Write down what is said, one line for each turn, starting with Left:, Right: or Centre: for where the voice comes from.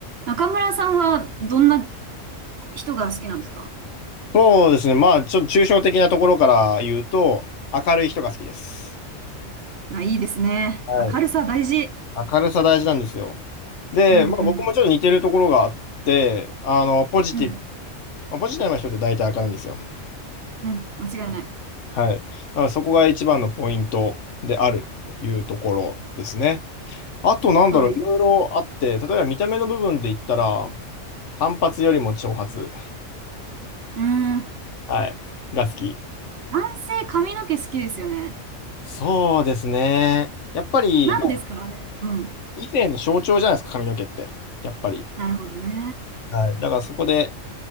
Right: 中村さんはどんな人が好きなんですか
Left: そうですね。まあ、ちょっと抽象的なところから言うと、明るい人が好きです。
Right: あ、いいですね。
Left: はい。
Right: 明るさ大事。
Left: 明るさ大事なんですよ。で、
Right: うんうん。
Left: まあ、僕もちょっと似てるところがあって、あの、ポジティブ。
Right: うん。
Left: まあ、ポジティブな人って大体明るいんですよ。
Right: うん。間違いない。
Left: うんはい。だからそこが一番のポイントであるというところですね。あと、なんだろう、
Right: はい。
Left: いろいろあって、例えば見た目の部分で言ったら、単発よりも長髪。
Right: うん。
Left: はい。が好き。
Right: 男性髪の毛好きですよね。
Left: そうですね。やっぱり、
Right: 何ですかあれ。
Left: まあ
Right: うん。
Left: 以前の象徴じゃないですか、髪の毛って。やっぱり。
Right: なるほどね。
Left: はい。だからそこで、